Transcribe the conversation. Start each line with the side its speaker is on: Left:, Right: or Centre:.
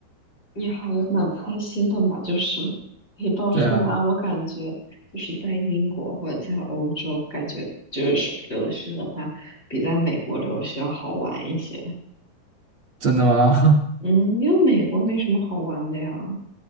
Left: 你还蛮开心的嘛，就是可以到处玩。
Right: 对啊，
Left: 我感觉就是在英国或者在欧洲，感觉就是留学的话，比在美国留学要好玩一些。
Right: 真的吗？
Left: 嗯，因为美国没什么好玩的呀。